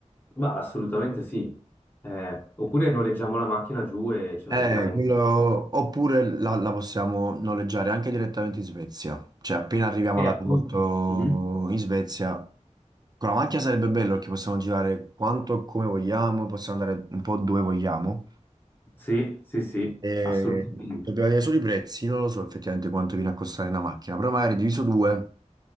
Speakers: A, on the left (about 15°); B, on the right (about 35°).
A: Ma assolutamente sì. Eh, oppure noleggiamo la macchina giù e ce
B: Eh,
A: la giriamo
B: quello-
A: un po'.
B: Oppure la, la possiamo noleggiare anche direttamente in Svezia. Cioè, appena arriviamo
A: Eh,
B: all'aeroporto
A: appunto. Mhm.
B: in Svezia, con la macchina sarebbe bello perché possiamo girare quanto e come vogliamo, possiamo andare un po' dove vogliamo.
A: Sì, sì, sì,
B: E
A: assolutamente.
B: dobbiamo vedere solo i prezzi, non lo so effettivamente quanto viene a costare una macchina, però magari diviso due,